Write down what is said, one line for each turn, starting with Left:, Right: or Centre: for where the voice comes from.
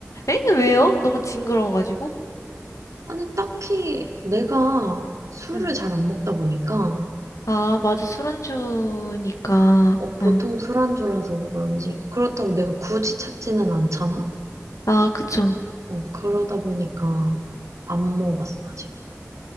Left: 에? 왜요? 너무 징그러워가지고?
Right: 아니, 딱히 내가 술을
Left: 응.
Right: 잘 안 먹다 보니까,
Left: 아, 맞아. 술 안주니까.
Right: 어, 보통
Left: 응.
Right: 술안주라서 그런지, 그렇다고 내가 굳이 찾지는 않잖아?
Left: 아, 그쵸.
Right: 어, 그러다 보니까 안 먹어봤어, 아직.